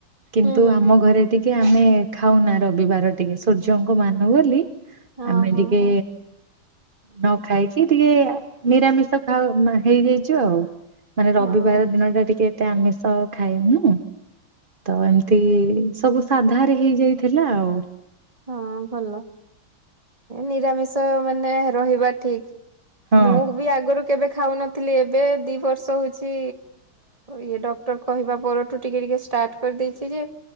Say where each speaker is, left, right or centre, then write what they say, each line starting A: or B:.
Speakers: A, on the right (about 35°); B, on the right (about 15°).
A: କିନ୍ତୁ
B: ହୁଁ ହୁଁ
A: ଆମ
B: ହୁଁ।
A: ଘରେ ଟିକେ ଆମେ ଖାଉନା ରବିବାର। ଟିକେ ସୂର୍ଯ୍ୟଙ୍କ ମାନୁ ବୋଲି
B: ହଁ
A: ଆମେ
B: ହଁ
A: ଟିକେ
B: ହଁ
A: ନ ଖାଇକି ଟିକେ ନିରାମିଷ ଖାଉ ହେଇଯାଇଛୁ ଆଉ। ମାନେ
B: ହଁ
A: ରବିବାର ଦିନ ଟା ଟିକେ ଏତେ ଆମିଷ ଖାଇନୁ। ତ ଏମିତି ସବୁ ସାଧାରେ ହେଇଯାଇଥିଲା ଆଉ।
B: ହଁ ଭଲ, ନିରାମିଷ ମାନେ ରହିବା ଠିକ।
A: ହଁ
B: ମୁଁ ବି ଆଗରୁ କେବେ ଖାଉନଥିଲି। ଏବେ ଦୁଇ ବର୍ଷ ହେଉଛି ଇଏ ଡକ୍ଟର କହିବା ପରଠୁ ଟିକେ ଟିକେ ଷ୍ଟା ଷ୍ଟାର୍ଟ କରିଦେଇଛି ଯେ